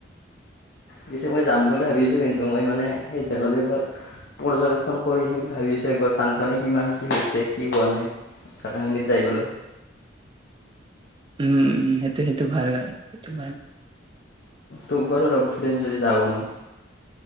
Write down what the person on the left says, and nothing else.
পিছে মই যাম বুলি ভাবিছো কিন্তু মই মানে সেই জেগা জেগা পৰ্যবেক্ষণ কৰি আহিম বুলি ভাবিছো একবাৰ বানপানী কিমান কি হৈছে কি হোৱা নাই? কাথাখিনিত যাই পেলাই।
তোক বাৰু লগ ধৰিম যদি যাও মই।